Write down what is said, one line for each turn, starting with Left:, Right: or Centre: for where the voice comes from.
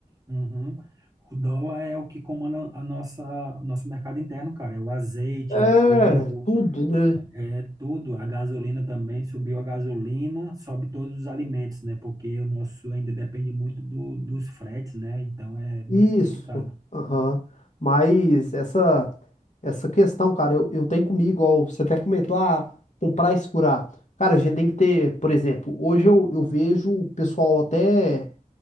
Right: Uhum. O dólar é o que comanda a nossa, o nosso mercado interno, cara. É o azeite,
Left: É,
Right: é o trigo,
Left: tudo, né?
Right: É tudo, a gasolina também subiu a gasolina, sobe todos os alimentos, né? Porque o nosso ainda depende muito do, dos fretes, né? Então é muito
Left: Isso,
Right: complicado.
Left: aham. Mas essa essa questão, cara, eu, eu tenho comigo, igual você até comentou, ah, comprar e segurar. Cara, a gente tem que ter, por exemplo, hoje eu, eu vejo o pessoal até,